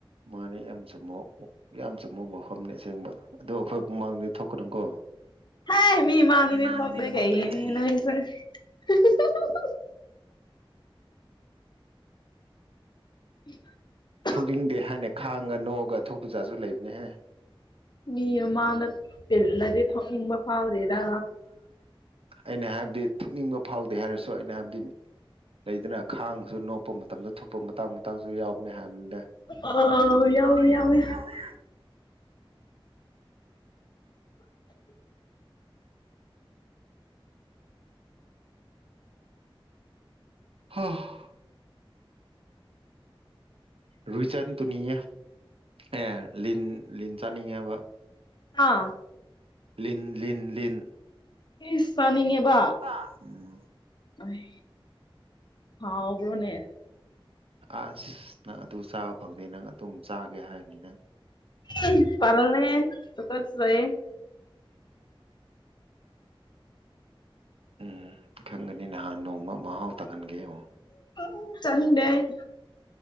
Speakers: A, on the right; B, on the left.
A: ꯃꯥꯅꯦ ꯌꯥꯝ ꯆꯨꯝꯕ ꯋꯥ ꯌꯥꯝ ꯆꯨꯝꯕ ꯃꯐꯝꯅꯦ ꯑꯁꯦꯡꯕ ꯑꯗꯣ ꯑꯩꯈꯣꯏ ꯃꯥꯡꯗ ꯊꯣꯛꯀꯅꯨꯀꯣ
B: ꯍꯥꯏ ꯃꯤ ꯃꯥꯡꯗꯗꯤ
A: ꯏꯃꯥꯡꯗꯗꯤ
B: <unintelligible>
A: ꯊꯣꯛꯇꯦ
B: ꯀꯩꯒꯤꯅꯣ
A: ꯀꯩꯒꯤ
B: ꯅꯣꯏꯖꯨ <unintelligible> <inaudible>
A: ꯊꯧꯅꯤꯡꯗꯦ ꯍꯥꯏꯅ ꯈꯥꯡꯉꯒ ꯅꯣꯛꯑꯒ ꯊꯣꯛꯄ ꯖꯥꯠꯁꯨ ꯂꯩꯕꯅꯦꯍꯦ
B: ꯃꯤ ꯃꯥꯃꯥꯡꯗ ꯇꯤꯜꯂꯗꯤ ꯊꯣꯛꯅꯤꯡꯕ ꯐꯥꯎꯗꯦꯗ
A: ꯑꯩꯅ ꯍꯥꯏꯕꯗꯤ ꯊꯣꯛꯅꯤꯡꯕ ꯐꯥꯎꯗꯦ ꯍꯥꯏꯔꯁꯨ ꯑꯩꯅ ꯍꯥꯏꯕꯗꯤ ꯂꯩꯗꯅ ꯈꯥꯡꯁꯨ ꯅꯣꯛꯄ ꯃꯇꯝꯗ ꯊꯣꯛꯄ ꯃꯇꯥꯡ ꯃꯇꯥꯡꯖꯨ ꯌꯥꯎꯕꯅꯦ ꯍꯥꯏꯕꯅꯦꯗ
B: ꯑ ꯌꯥꯎꯋꯦ
A: ꯑꯥ ꯌꯥꯎꯏ
B: ꯌꯥꯎꯋꯦ
A: ꯌꯥꯎꯏ ꯍꯥ ꯔꯨꯏꯆꯟ ꯇꯨꯅꯤꯌꯦ ꯑꯦ ꯂꯤꯟ ꯂꯤꯟ ꯆꯥꯅꯤꯡꯉꯦꯕ
B: ꯍꯥ
A: ꯂꯤꯟ ꯂꯤꯟ ꯂꯤꯟ
B: ꯏꯁ ꯆꯥꯅꯤꯡꯉꯦꯕꯥ
A: ꯕꯥ ꯎꯝ
B: ꯑꯣꯏ ꯍꯥꯎꯕ꯭ꯔꯣꯅꯦ
A: ꯑꯁ ꯅꯪ ꯑꯗꯨ ꯆꯥꯕ ꯐꯪꯉꯗꯤ ꯅꯪ ꯑꯗꯨꯝ ꯆꯥꯒꯦ ꯍꯥꯏꯒꯅꯤꯗ
B: ꯎꯝ ꯇꯜꯂꯦꯍꯦ ꯇꯨꯒꯠꯆꯩ
A: ꯎꯝ ꯈꯪꯒꯅꯤ ꯅꯍꯥꯟ ꯅꯣꯡꯃ ꯃꯍꯥꯎ ꯇꯪꯍꯟꯒꯦ ꯌꯦꯡꯉꯣ
B: <unintelligible> ꯆꯥꯅꯤꯡꯗꯦ